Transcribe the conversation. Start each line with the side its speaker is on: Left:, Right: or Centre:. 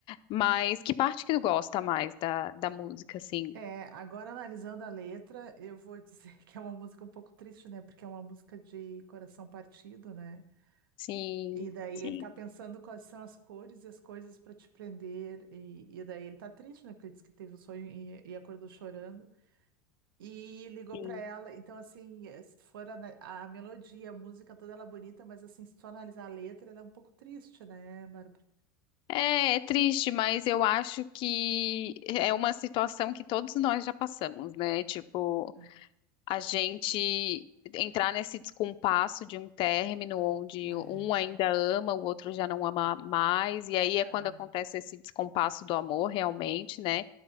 Left: Mas que parte que tu gosta mais da, da música, assim?
Right: É, agora analisando a letra, eu vou dizer <laughs> que é uma música um pouco triste, né? Porque é uma música de coração partido, né?
Left: Sim,
Right: E daí
Left: sim,
Right: ele tá pensando quais são as cores e as coisas para te prender. E, e daí ele tá triste, né? Porque ele disse que teve um sonho e, e acordou chorando. E ligou
Left: sim.
Right: para ela. Então, assim, eh, se for ana- a, melodia, a música toda ela é bonita, mas assim, se tu analisar a letra, ela é um pouco triste, né, Bárbara?
Left: É, é triste, mas eu acho que é uma situação que todos nós já passamos, né? Tipo,
Right: É,
Left: a gente entrar nesse descompasso de um término onde
Right: é,
Left: um ainda ama, o outro já não ama mais, e aí é
Right: é,
Left: quando acontece esse descompasso do amor realmente, né?